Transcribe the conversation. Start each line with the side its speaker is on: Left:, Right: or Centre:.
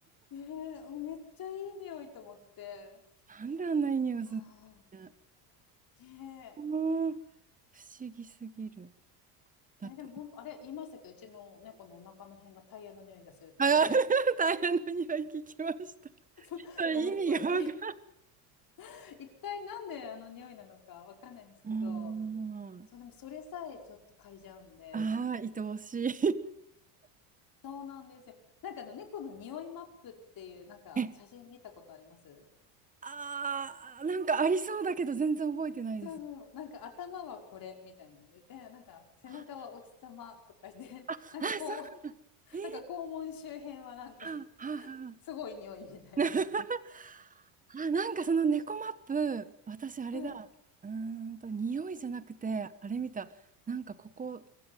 Left: ねえ、もうめっちゃいい匂いと思って。
Right: なんであんないい匂いがするん
Left: あ
Right: うね。
Left: あ、ねえ。
Right: もう
Left: いや
Right: 不思議すぎる。だって、
Left: ね、でも本当、あれ言いましたっけど、うちの猫のお腹の辺がタイヤの匂いがするって、
Right: あー、<laughs> 大変な匂い聞きました。
Left: <laughs>
Right: それ意味がわかんない。
Left: ゴムっぽい。<laughs> 一体なんであの匂いなのかわかんないんですけど、
Right: うん。
Left: そう、でもそれさえちょっと嗅いじゃうんで。
Right: ああ、愛おしい。
Left: そうなんですよ。なんかあの猫の匂いマップっていうなんか写真見たことあります
Right: <laughs> あー、なんかありそうだけど全然覚えてないです。
Left: そうそう。なんか頭はこれみたいなんで、で、なんか背中はお日様とかで、
Right: あ、
Left: <laughs>
Right: あ、あそうなんだ。
Left: なんかこう、
Right: えー、
Left: なんか肛門周辺はなんか
Right: はあ、はあ、はあ。
Left: すごい匂いみたいな、
Right: <laughs>
Left: なんか。
Right: あ、なんかその猫マップ、私あれだ。
Left: うん。
Right: うーんと、匂いじゃなくて、あれ見た。なんかここ、